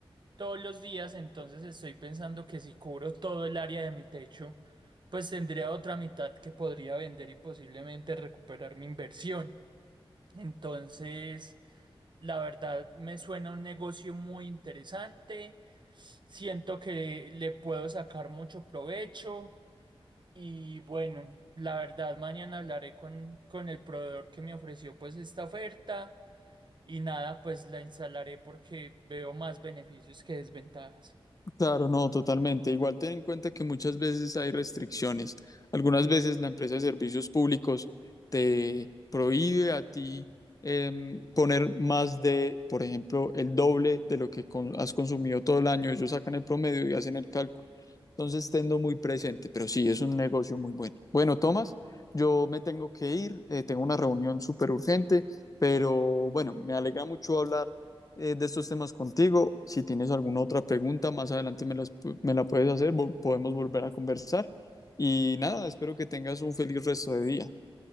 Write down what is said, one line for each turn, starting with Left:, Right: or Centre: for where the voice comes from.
Right: todos los días, entonces estoy pensando que si cubro todo el área de mi techo, pues tendría otra mitad que podría vender y posiblemente recuperar mi inversión. Entonces, la verdad me suena un negocio muy interesante, siento que le puedo sacar mucho provecho. Y bueno, la verdad, mañana hablaré con, con el proveedor que me ofreció pues esta oferta y nada, pues la instalaré porque veo más beneficios que desventajas.
Left: Claro, no, totalmente. Igual ten en cuenta que muchas veces hay restricciones. Algunas veces la empresa de servicios públicos te prohíbe a ti em, poner más de, por ejemplo, el doble de lo que con- has consumido todo el año. Ellos sacan el promedio y hacen el cálculo. Entonces, tenlo muy presente, pero sí, es un negocio muy bueno. Bueno, Tomás, yo me tengo que ir, eh, tengo una reunión súper urgente, pero bueno, me alegra mucho hablar eh, de estos temas contigo. Si tienes alguna otra pregunta, más adelante me, las- me la puedes hacer, vol- podemos volver a conversar. Y nada, espero que tengas un feliz resto de día.